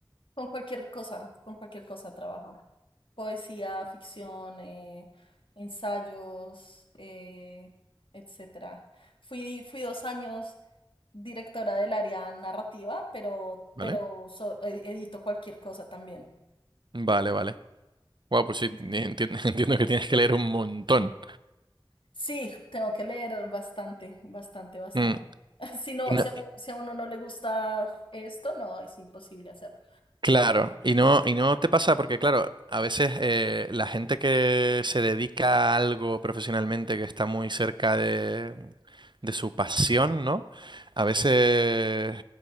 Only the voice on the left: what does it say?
con cualquier cosa, con cualquier cosa trabajo. Poesía, ficción, eh, ensayos, eh, etcétera. Fui, fui dos años directora del área narrativa, pero,
pero so- ed- edito cualquier cosa también.
Sí, sí,
sí.
Sí, tengo que leer bastante, bastante, bastante.
<laughs> Si no,
si a, u- si a uno no le gusta esto, no, es imposible hacerlo.